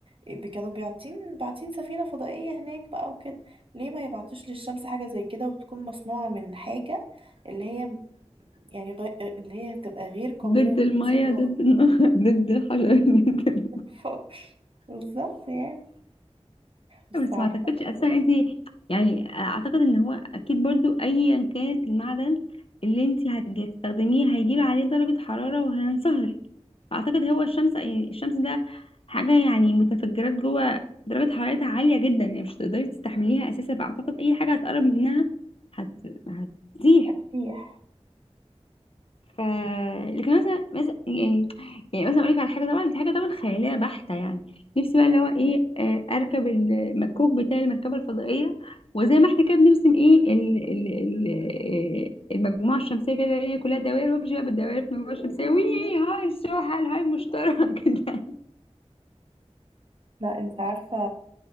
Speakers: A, on the right; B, on the left.
A: إيه، بي- كانوا بيعتين بعتين سفينه فضائيه هناك بقى وكده ليه ما يبعتوش للشمس حاجه زي كده وتكون مصنوعه من حاجه اللي هي يعني غ... اللي هي تبقى غير قابله
B: ضد
A: للانصهار
B: المية ضد النهر <laughs> ضد الحجر ضد- ال-
A: <laughs> بالظبط يعني بس
B: بس
A: عارفه
B: ما اعتقدش اصلا
A: إن
B: انت يعني اعتقد ان هو اكيد برضو ايا كانت المعدن اللي انت هتستخدميه هيجيب عليه درجة حرارة وهينصهر اعتقد هو الشمس يعني الشمس ده حاجه يعني متفجرات جوه درجه حرارتها عاليه جدا يعني مش هتقدري تستحمليها اساسا فاعتقد اي حاجه هتقرب منها هت... هتزيح
A: هي تسيح.
B: ف لكن مثلا مثلا يعني يعني مثلا اقول لك على حاجه طبعا دي حاجه طبعا خياليه بحته يعني نفسي بقى اللي هو ايه آه، اركب المكوك بتاع المركبه الفضائيه وزي ما احنا كده بنرسم ايه ال ال ال آه، المجموعه الشمسيه كده اللي هي كلها دوائر وامشي بقى بالدوائر في المجموعه الشمسيه وي هاي السوحل هاي المشترك <laughs> كده
A: لا انت عارفة